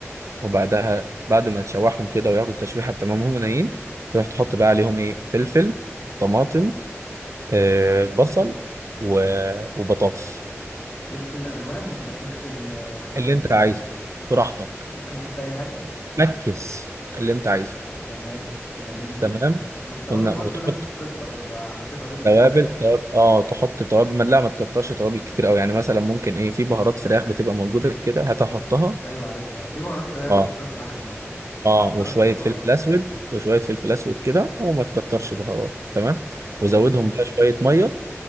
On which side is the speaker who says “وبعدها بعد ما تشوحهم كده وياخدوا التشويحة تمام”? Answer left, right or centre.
Right